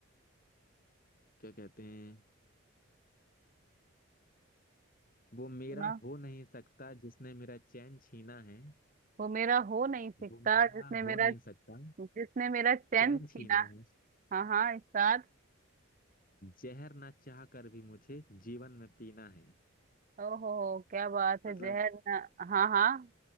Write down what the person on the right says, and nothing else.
सुना
वो मेरा हो नहीं सकता
जिसने मेरा
जिसने मेरा चैन
छीना
हाँ हाँ इरशाद
ओहो क्या बात है
जहर ना हाँ हाँ